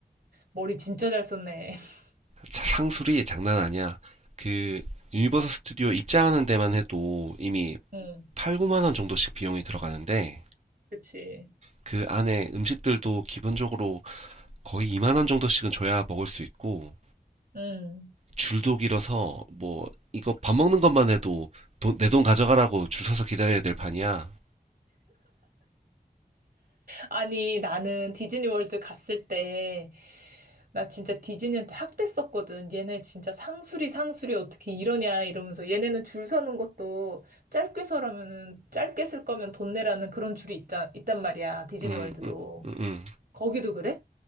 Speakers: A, on the right; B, on the right.
A: 머리 진짜 잘 썼네. <laughs>
B: 상술이 장난 아니야. 그, 유니버설 스튜디오 입장하는 데만 해도 이미
A: 응,
B: 8, 9만 원 정도씩 비용이 들어가는데,
A: 그치.
B: 그 안에 음식들도 기본적으로 거의 2만 원 정도씩은 줘야 먹을 수 있고,
A: 응.
B: 줄도 길어서, 뭐, 이거 밥 먹는 것만 해도 내 돈 가져가라고 줄 서서 기다려야 될 판이야.
A: 아니, 나는 디즈니 월드 갔을 때, 나 진짜 디즈니한테 학대했었거든. 얘네 진짜 상술이 상술이 어떻게 이러냐 이러면서 얘네는 줄 서는 것도 짧게 서라면은 짧게 쓸 거면 돈 내라는 그런 줄이 있자, 있단 말이야. 디즈니
B: 음,
A: 월드도.
B: 음, 음, 음.
A: 거기도 그래?